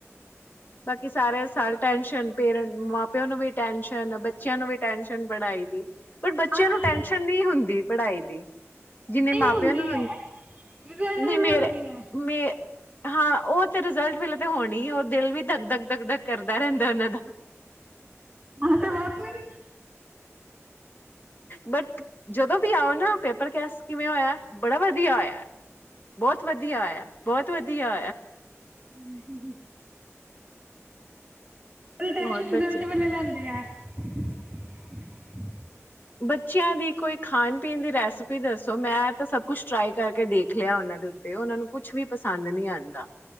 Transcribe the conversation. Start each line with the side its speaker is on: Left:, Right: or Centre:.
Left: ਬਾਕੀ ਸਾਰੇ ਸਾਲ ਟੈਸ਼ਨ ਪੇਰ ਮਾਂ ਪਿਓ ਨੂੰ ਵੀ ਟੈਸ਼ਨ ਬੱਚਿਆਂ ਨੂੰ ਵੀ ਟੈਸ਼ਨ ਪੜ੍ਹਾਈ ਦੀ ਪਰ
Right: ਹਾਂ
Left: ਬੱਚਿਆਂ ਨੂੰ
Right: ਨਹੀਂ
Left: ਟੈਸ਼ਨ ਨਹੀਂ ਹੁੰਦੀ ਪੜ੍ਹਾਈ ਦੀ ਜਿੰਨੇ
Right: ਨਹੀਂ
Left: ਮਾਪਿਆਂ
Right: ਹੁੰਦੀ
Left: ਨੂੰ
Right: ਹੈ ਰਿਜ਼ਲਟ ਵੇਲੇ
Left: ਨਹੀਂ ਮੇਰੇ
Right: ਹੁਂਦੀ ਹੈ
Left: ਮੇ ਹਾਂ ਉਹ ਤੇ ਰਿਜਲਟ ਵੇਲੇ ਤਾਂ ਹੋਣੀ ਉਹ ਦਿਲ ਵੀ ਦ ਦਕ ਦਕਦ ਕਰਦਾ ਰਹਿੰਦਾ ਉਹਨਾਂ ਦਾ
Right: ਹਾਂ ਤੇ ਬਸ ਫਿਰ
Left: ਬਟ ਜਦੋਂ ਵੀ ਆਓ ਨਾ ਪੇਪਰ ਕੈਸ ਕਿਵੇਂ ਹੋਇਆ ਬੜਾ ਵਧੀਆ ਹੋਇਆ ਬਹੁਤ ਵਧੀਆ ਆਇਆ ਬਹੁਤ ਵਧੀਆ
Right: ਹਮ ਟੈਸ਼ਨ
Left: ਹੋਰ
Right: ਰਿਜ਼ਲਟ
Left: ਬੱਚੇ
Right: ਵੇਲੇ ਲਿਆਂਦੇ ਆ <unintelligible>
Left: ਬੱਚਿਆਂ ਦੀ ਕੋਈ ਖਾਣ ਪੀਣ ਦੀ ਰੈਸਪੀ ਦੱਸੋ ਮੈਂ ਤਾਂ ਸਭ ਕੁਛ ਟਰਾਈ ਕਰਕੇ ਦੇਖ ਲਿਆ ਉਹਨਾਂ ਦੇ ਉੱਤੇ ਉਹਨਾਂ ਨੂੰ ਕੁਛ ਵੀ ਪਸੰਦ ਨਹੀਂ ਆਉਂਦਾ